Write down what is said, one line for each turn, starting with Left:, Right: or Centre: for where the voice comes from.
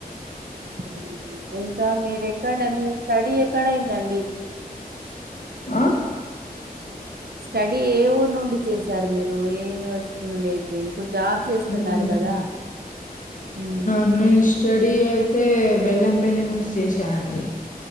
Right: హ్మ్. ఇంకా మీర ఎక్కడ మీ స్టడీ ఎక్కడయిందండి
Left: అ
Right: స్టడీ ఏ ఊరు నుండి చేశారు మీరు ఏ యూనివర్సి నుండి అయిపోయింది ఇప్పుడు జాబ్ చేస్తున్నారు
Left: మ్మ్
Right: కదా మ్మ్
Left: <inaudible> స్టడీ అయితే బెల్లంపల్లి నుంచి చేశానండి